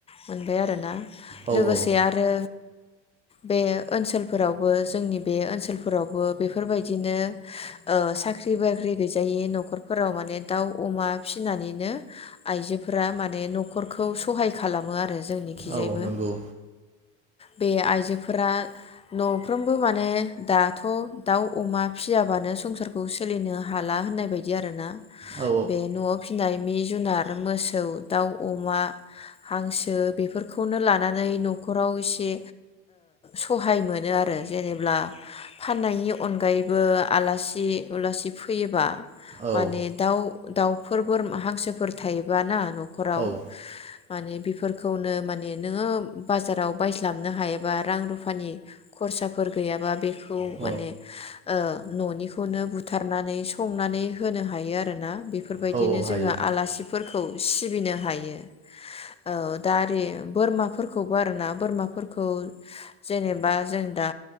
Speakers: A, on the left (about 15°); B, on the right (about 20°).
A: मोनबाय आरोना।
B: औ
A: लोगोसे
B: औ
A: आरो बे ओनसोलफोरावबो जोंनि बे ओनसोलफोरावबो बेफोरबायदिनो ओ साख्रि बाख्रि गैजायि नखरफोराव माने दाउ अमा फिसिनानैनो आइजोफोरा माने न'खरखौ सहाय खालामो आरो जोंनि खिजायबो
B: औ नंगौ
A: बे आइजोफोरा नफ्रोमबो माने दाथ दाउ अमा फियाबानो संसारखौ सोलिनो हाला होननाय बायदि आरो ना
B: औ
A: बे न'आव फिनाय मि जुनार मोसौ दाउ अमा हांसो बेफोरखौनो लानानै न'खराव एसे सहाय मोनो आरो जेनेा फाननायनि अनगायैबो आला उलासि फैयोबा
B: औ
A: माने दाउ दाउफोर बोरमा हांसोफोर थायोब ना न खराव
B: औ
A: माने बेफोरखौनो माने नोंङो बाजाराव बायस्लाबनो हायाबा रां रुफानि खरसाफोर गैयाबा बे खौ
B: औ
A: माने ओ न'निख खौनो बुथारनानै संनानै होनो हायो आरोना बे फोरबायदिनो
B: औ
A: जोङो
B: हायो
A: आलासिफोरखौ सिबिनो हायो। औ दा आरि बोरमाफोरखौबो आरोना बोरमाफोरखौ जेनेबा जों दा